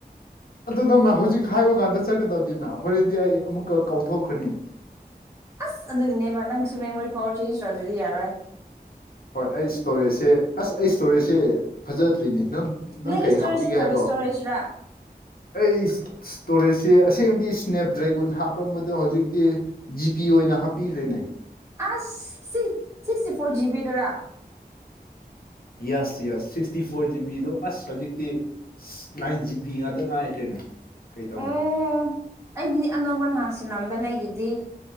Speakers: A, on the left; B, on the right.
A: ꯑꯗꯨ ꯅꯪꯅ ꯍꯧꯖꯤꯛ ꯍꯥꯏꯕ ꯀꯥꯟꯗ ꯆꯠꯀꯗꯕꯅꯤꯅ ꯍꯣꯔꯦꯟꯗꯤ ꯑꯩ ꯑꯃꯨꯛꯀ ꯀꯥꯎꯊꯣꯛꯈ꯭ꯔꯅꯤ
B: ꯑꯁ ꯑꯗꯨꯒꯤꯅꯦꯕ ꯅꯪꯁꯨ ꯃꯦꯃꯣꯔꯤ ꯄꯋꯥꯔ ꯆꯦꯟꯖ ꯇꯧꯗ꯭ꯔꯗꯤ ꯌꯥꯔꯣꯏ
A: ꯍꯣꯏ ꯑꯩ ꯏꯁꯇꯣꯔꯦꯖꯁꯦ ꯑꯁ ꯑꯩ ꯏꯁꯇꯣꯔꯦꯖꯁꯦ ꯐꯖꯗ꯭ꯔꯦꯅꯦ ꯅꯪ ꯅꯪ
B: ꯅꯪꯒꯤ
A: ꯀꯩ
B: ꯏꯁꯇꯣꯔꯦꯖꯁꯦ
A: ꯍꯥꯞꯄꯤꯒꯦ
B: ꯀꯔꯤ
A: ꯍꯥꯏꯕ꯭ꯔꯣ
B: ꯏꯁꯇꯣꯔꯦꯖꯔꯥ
A: ꯑꯩ ꯏꯁ ꯇꯣꯔꯦꯁ ꯑꯦ ꯑꯁꯦꯡꯗꯤ ꯁ꯭ꯅꯦꯞ ꯗ꯭ꯔꯦꯒꯣꯟ ꯍꯥꯞꯄꯝꯕꯗꯣ ꯍꯧꯖꯤꯛꯇꯤ ꯖꯤꯄꯤ ꯑꯣꯏꯅ ꯍꯥꯞꯄꯤꯈ꯭ꯔꯦꯅꯦ
B: ꯑꯁ ꯁꯤ ꯁꯤꯁꯦ ꯐꯣꯔ ꯖꯤꯕꯤꯗꯨꯔ
A: ꯌꯦꯁ ꯌꯦꯁ ꯁꯤꯛꯁꯇꯤ ꯐꯣꯔ ꯖꯤꯕꯤꯗꯣ ꯑꯁ ꯍꯧꯖꯤꯛꯇꯤ ꯅꯥꯏꯟ ꯖꯤ ꯄꯤ ꯉꯥꯛꯇ ꯉꯥꯏꯈ꯭ꯔꯦꯅꯦ ꯀꯩ ꯇꯧ
B: ꯑꯣ ꯑꯩꯒꯤꯗꯤ ꯑꯅꯧꯕ ꯅꯍꯥꯟ ꯁꯤꯜꯂꯝꯕꯅꯦ ꯑꯩꯒꯤꯗꯤ